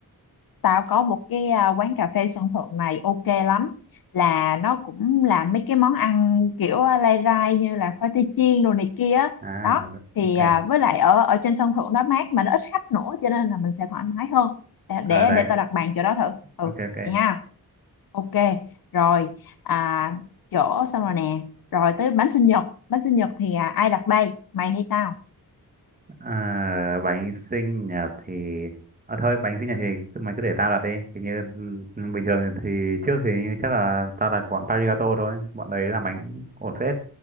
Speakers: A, on the left; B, on the right.
A: Tao có một cái à, quán cà phê sân thượng này ok lắm là nó cũng làm mấy cái món ăn kiểu à, lai rai như là khoai tây chiên đồ này kia á.
B: à
A: đó thì
B: ok
A: à, với lại ở ở trên sân thượng nó mát mà nó ít khách nữa cho nên là mình sẽ thoải mái hơn để
B: à,
A: để,
B: đấy
A: để tao đặt bàn chỗ đó thử ừ
B: ok ok
A: vậy ha ok rồi à, chỗ xong rồi nè rồi tới bánh sinh nhật bánh sinh nhật thì à, ai đặt đây mày hay tao
B: À, bánh sinh nhật thì à, thôi bánh sinh nhật thì cứ- mày cứ để tao đặt đi thì như ừ, bình thường thì trước thì như chắc là tao đặt bọn Parigato thôi bọn đấy làm bánh ổn phết